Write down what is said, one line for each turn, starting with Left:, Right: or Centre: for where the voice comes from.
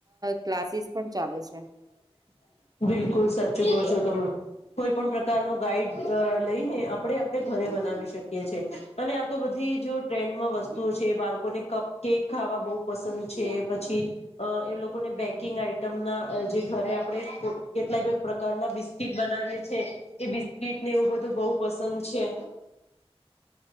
Right: ક્લાસીસ પણ ચાલે છે.
Left: બિલકુલ સાચું કહો છો તમે. કોઈ પણ પ્રકાર ન ગાઈડ લઈને આપણે આપણે ઘરે બનાવી શકીએ છીએ અને આ તો બધ બી જો ટ્રેન્ડમાં વસ્તુઓ છે બાળકોને કપ કેક ખાવા બહુ પસંદ છે પછી અ એ લોકોને બેકિંગ આ જે ઘરે આપણેે કેટલાય પ્રકારના બિસ્કીટ બનાવીએ છી એ બિસ્કીટ ને એવું બધું બહુ પસંદ છે.